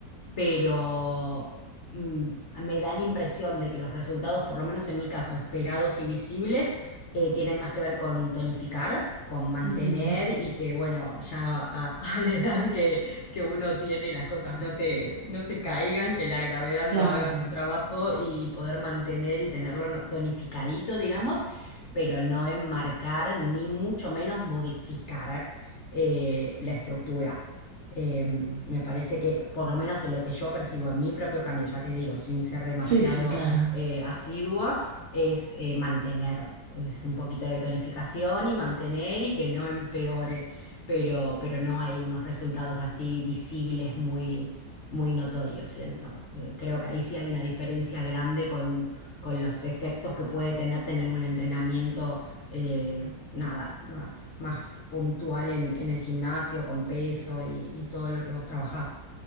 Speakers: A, on the left (about 55°); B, on the right (about 65°).
A: pero mm, me da la impresión de que los resultados, por lo menos en mi caso, esperados y visibles, eh, tienen más que ver con tonificar, con mantener
B: ujú.
A: y que, bueno, ya a, <laughs> a la edad que, que uno tiene, las cosas no se, no se caigan, que la gravedad no
B: Claro.
A: haga su trabajo y poder mantener y tenerlo no- tonificadito, digamos, pero no enmarcar ni mucho menos modificar eh, la estructura. Eh, me parece que, por lo menos en lo que yo percibo en mi propio cambio, ya te digo, sin ser demasiado
B: Sí, sí, claro.
A: eh, asidua, es eh, mantener, es un poquito de tonificación y mantener y que no empeore, pero, pero no hay unos resultados así visibles muy, muy notorios, siento. Eh, creo que ahí sí hay una diferencia grande con, con los efectos que puede tener tener un entrenamiento eh, nada, más, más puntual en, en el gimnasio, con peso y, y todo lo que vos trabajás.